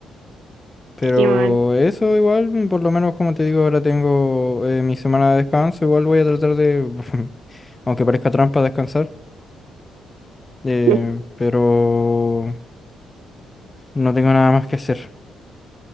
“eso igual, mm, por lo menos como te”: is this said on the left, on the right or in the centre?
Left